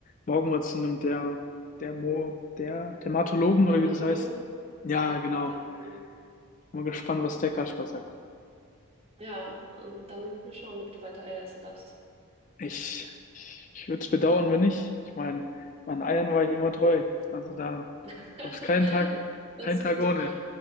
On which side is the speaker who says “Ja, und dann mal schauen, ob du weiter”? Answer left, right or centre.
Right